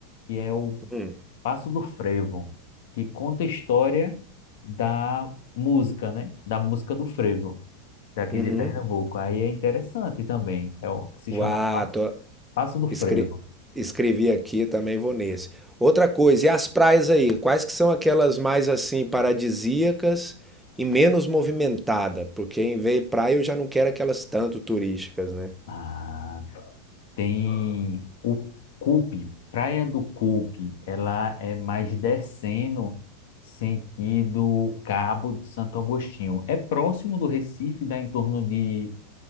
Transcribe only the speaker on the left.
que é o
Passo do Frevo, que conta a história da música, né? Da música do frevo, daqui
de Pernambuco. Aí é interessante também. É, o- se chama
Passo do Frevo.
Ah. Tem o Cupe, Praia do Cupe, ela é mais descendo sentido Cabo de Santo Agostinho. É próximo do Recife, dá em torno de